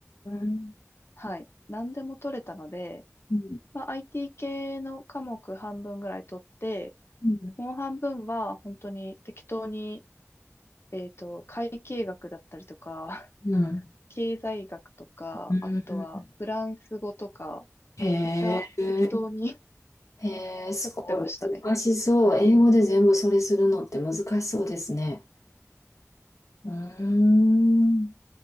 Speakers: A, on the left (about 85°); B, on the left (about 55°).
A: ん。
B: はい。何でも取れたので、
A: うん
B: まあ、IT 系の科目半分ぐらい取って、
A: うん
B: もう半分は本当に適当に、えっと、会計学だったりとか、
A: うん。
B: <laughs> 経済学とか、
A: うん
B: あとはフランス語とか、
A: へえ、
B: めっちゃ適当に
A: へえ、
B: <laughs>
A: すごい。
B: 取ってましたね。
A: 難しそう。
B: はい。
A: 英語で全部それするのって難しそうですね。うーん。